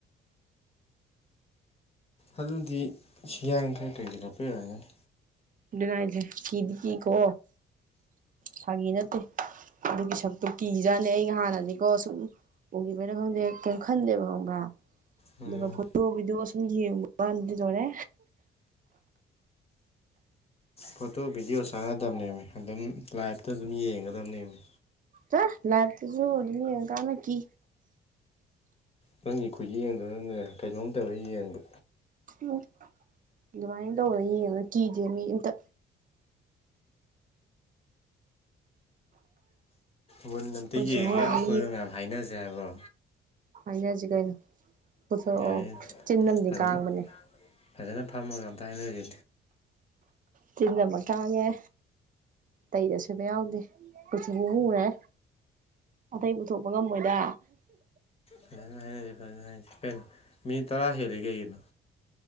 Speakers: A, on the left (about 30°); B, on the right (about 40°).
A: ꯑꯗꯨꯗꯤ ꯏꯁ ꯌꯥꯡ ꯈꯔ ꯀꯪꯖꯜꯗꯂꯛꯄꯩ ꯑꯣꯏꯔꯝꯒꯅꯤ
B: ꯑꯗꯨꯅꯦ ꯍꯥꯏꯁꯦ ꯀꯤꯗꯤ ꯀꯤꯀꯣ ꯐꯥꯒꯤ ꯅꯠꯇꯦ ꯑꯗꯨꯒꯤ ꯁꯛꯇꯣ ꯀꯤꯖꯠꯅꯤ ꯑꯩ ꯍꯥꯟꯅꯗꯤꯀꯣ ꯁꯨꯝ ꯎꯒꯤꯕꯩꯔꯥ ꯈꯪꯗꯦ ꯀꯩꯝ ꯈꯟꯗꯦꯕ ꯈꯪꯕ꯭ꯔꯥ
A: ꯎꯝ
B: ꯑꯗꯨꯒ ꯐꯣꯇꯣ ꯚꯤꯗꯤꯑꯣ ꯁꯨꯝ ꯌꯦꯡꯕ ꯀꯟꯗꯤ ꯂꯣꯏꯔꯦ
A: ꯐꯣꯇꯣ ꯚꯤꯗꯤꯑꯣ ꯆꯥꯟꯅꯗꯅꯦꯃꯤ ꯑꯗꯨꯝ ꯂꯥꯏꯞꯇ ꯑꯗꯨꯝ ꯌꯦꯡꯒꯗꯕꯅꯦꯃꯤ
B: ꯆꯠꯂꯣꯍꯦ ꯂꯥꯏꯕꯇꯁꯨ ꯑꯗꯨꯝ ꯌꯦꯡꯀꯥꯟꯗ ꯀꯤ
A: ꯅꯪꯒꯤ ꯈꯨꯌꯦꯡꯗꯨꯅꯅꯦ ꯀꯩꯅꯣꯝ ꯇꯧꯔ ꯌꯦꯡꯕ
B: ꯎꯝ ꯑꯗꯨꯃꯥꯏꯅ ꯇꯧꯔ ꯌꯦꯡꯉꯒ ꯀꯤꯗꯦ ꯃꯤ ꯑꯝꯇ
A: ꯃꯨꯟꯅ
B: ꯑꯩꯈꯣꯏ
A: ꯑꯝꯇ ꯌꯦꯡꯉꯒ
B: ꯆꯦ ꯍꯣꯏꯗꯤ
A: ꯑꯁꯣꯏꯕ ꯃꯌꯥꯝ ꯍꯥꯏꯅꯖꯦ ꯍꯥꯏꯕ꯭ꯔꯣ
B: ꯍꯥꯏꯅꯖꯤ ꯀꯩꯅꯣ ꯄꯨꯊꯣꯔꯛꯑꯣ
A: ꯌꯥꯏꯌꯦ
B: ꯆꯤꯟ ꯑꯃꯗꯤ
A: ꯐꯖꯅ
B: ꯀꯥꯡꯕꯅꯦ
A: ꯐꯖꯅ ꯐꯝꯃꯒ ꯑꯝꯇ ꯍꯥꯏꯅꯖꯦ
B: ꯆꯤꯟ ꯑꯃ ꯀꯥꯡꯉꯦ ꯑꯇꯩ ꯑꯁꯣꯏꯕ ꯌꯥꯎꯗꯦ ꯀꯨꯆꯨ ꯑꯃ ꯃꯨꯔꯦ ꯑꯇꯩ ꯄꯨꯊꯣꯛꯄ ꯉꯝꯃꯣꯏꯗ
A: ꯐꯖꯅ ꯍꯥꯏꯅꯖꯦ ꯐꯖꯅ ꯍꯥꯏ ꯀꯩꯅꯣ ꯃꯤꯅꯠ ꯇꯔꯥ ꯍꯦꯜꯂꯦ ꯀꯩꯒꯤꯅꯣ